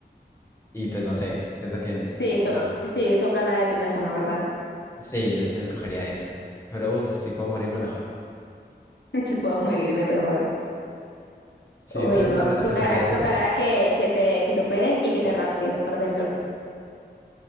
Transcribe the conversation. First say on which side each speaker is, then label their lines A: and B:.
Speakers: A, on the left (about 15°); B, on the left (about 85°).
A: y pues no sé, siento que... n-
B: Sí, to-
A: No,
B: sí, toca la de picazón, la verdad.
A: sí, yo, yo escogería esa. Pero uff, si puedo morirme mejor.
B: <laughs> Si puedo morirme mejor.
A: Sí,
B: Uy,
A: entonces
B: no,
A: tú también escogerías
B: tocará, tocará
A: esa,
B: que, que te, que te operen y que te rasquen por dentro.